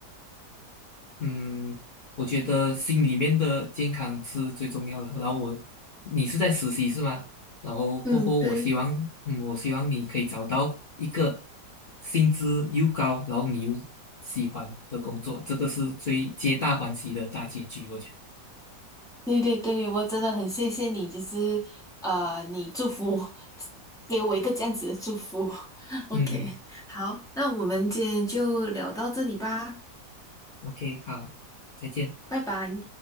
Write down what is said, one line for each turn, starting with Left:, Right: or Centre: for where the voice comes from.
Left: 嗯，我觉得心里面的健康是最重要的。然后我，你是在实习是吗？然后过后，
Centre: 嗯，对，
Left: 我希望，嗯，我希望你可以找到一个薪资又高，然后你又喜欢的工作，这个是最皆大欢喜的大结局，我觉得。
Centre: 对对对，我真的很谢谢你，就是呃，你祝福 <laughs> 给我一个这样子的祝福。<laughs> OK，
Left: 嗯嗯
Centre: 好，那我们今天就聊到这里吧，
Left: ，OK，好，再见。
Centre: 拜拜。